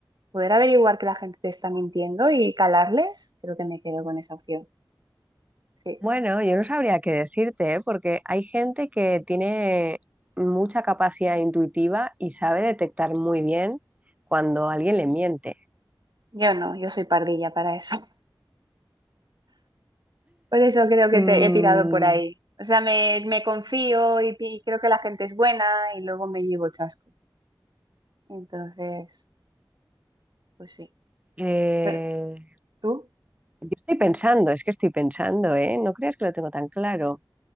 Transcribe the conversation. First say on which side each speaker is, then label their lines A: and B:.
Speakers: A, on the right; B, on the right.
A: poder averiguar que la gente te está mintiendo y calarles, creo que me quedo con esa opción. Sí,
B: bueno, yo no sabría qué decirte, ¿eh? porque hay gente que tiene mucha capacidad intuitiva y sabe detectar muy bien cuando alguien le miente.
A: yo no, yo soy pardilla para eso. Por eso creo que
B: Mm,
A: te he tirado por ahí. O sea, me, me confío y, pi- y creo que la gente es buena y luego me llevo chasco. Entonces, pues sí.
B: eh,
A: Eh, ¿Tú?
B: yo estoy pensando, es que estoy pensando, ¿eh? No creas que lo tengo tan claro.